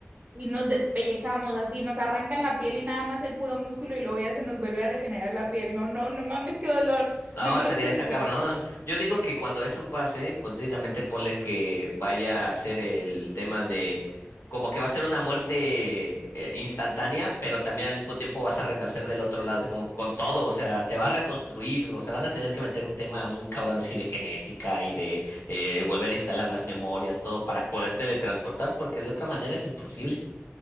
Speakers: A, on the right; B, on the left.
A: Y nos despellejamos así, nos arrancan la piel y nada más el puro músculo y luego ya se nos vuelve a regenerar la piel. No, no, no mames, qué dolor.
B: No,
A: No
B: estaría,
A: creo que lo
B: está
A: haría.
B: cabrón. Yo digo que cuando eso pase, hipotéticamente ponle que vaya a ser el tema de como que va a ser una muerte eh, instantánea, pero también al mismo tiempo vas a renacer del otro lado, así como con todo, o sea, te va a reconstruir, o sea, van a tener que meter un tema muy cabrón así de genética y de eh, volver a instalar las memorias, todo para poder teletransportar, porque de otra manera es imposible.